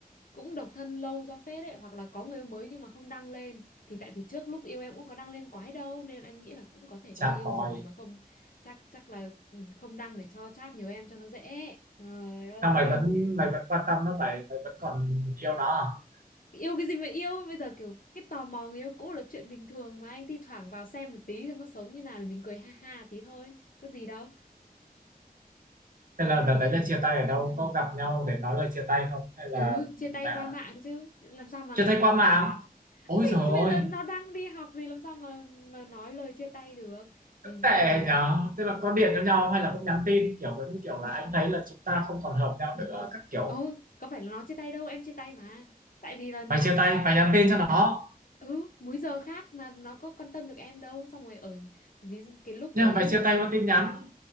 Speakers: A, on the left; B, on the right.
A: cũng độc thân lâu ra phết đấy hoặc là có người yêu mới nhưng mà không đăng lên thì tại từ trước lúc yêu em cũng có đăng lên quái đâu nên em nghĩ là cũng có thể
B: chà
A: có người yêu
B: bòi
A: rồi mà không chắc chắc là không đăng để cho chát nhiều em cho nó dễ trời ơi
B: sao mày vẫn mày vẫn quan tâm nó vậy mày vẫn còn yêu nó à
A: yêu cái gì mà yêu bây giờ kiểu cái tò mò người yêu cũ là chuyện bình thường mà anh thi thoảng vào xem một tí cho nó sống như nào là mình cười ha ha tí thôi có gì đâu
B: thế là đợt
A: đâu
B: đấy
A: có gì
B: là chia tay ở đâu
A: quan tâm
B: có
A: gì
B: gặp nhau để nói lời chia tay không hay là
A: ừ chia tay
B: mẹ
A: qua mạng chứ làm sao mà
B: chia tay
A: gặp
B: qua mạng
A: được
B: ôi
A: thì
B: trời
A: bây
B: ơi
A: giờ nó đang đi học thì làm sao mà mà nói lời chia tay được nhìn
B: rất tệ
A: chung là
B: nhở tức là có điện cho nhau hay là cũng nhắn tin kiểu giống như kiểu là anh thấy là chúng ta không còn hợp nhau
A: nhân
B: nữa
A: tình
B: các kiểu
A: ồ có phải là nó chia tay đâu em chia tay mà tại vì là
B: mày chia tay mày nhắn tin cho nó
A: ừ múi giờ khác mà nó có quan tâm được em đâu xong rồi ở ví dụ cái lúc đấy
B: nhưng mà mày
A: là
B: chia tay
A: cũng
B: qua tin nhắn